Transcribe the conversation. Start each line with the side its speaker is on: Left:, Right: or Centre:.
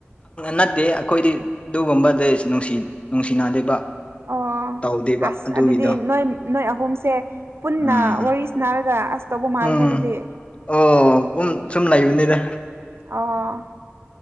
Left: ꯅꯠꯇꯦ ꯑꯩꯈꯣꯏꯗꯤ ꯑꯗꯨꯒꯨꯝꯕꯗꯤꯅꯨꯡ ꯅꯨꯡꯁꯤꯅꯗꯦꯕ
Right: ꯑꯣ
Left: ꯇꯧꯗꯦꯕ
Right: ꯑꯁ
Left: ꯑꯗꯨꯒꯤꯗꯣ
Right: ꯑꯗꯨꯗꯤ ꯅꯣꯏ ꯅꯣꯏ ꯑꯍꯨꯝꯁꯦ ꯄꯨꯟꯅ
Left: ꯎꯝ
Right: ꯋꯥꯔꯤ ꯅꯥꯔꯒ ꯑꯁ ꯇꯧꯕ ꯃꯥꯜꯂꯦ
Left: ꯎꯝ
Right: ꯍꯥꯏꯗꯨꯗꯤ
Left: ꯑꯣ ꯎꯝ ꯁꯨꯝ ꯂꯩꯕꯅꯤꯗ
Right: ꯑ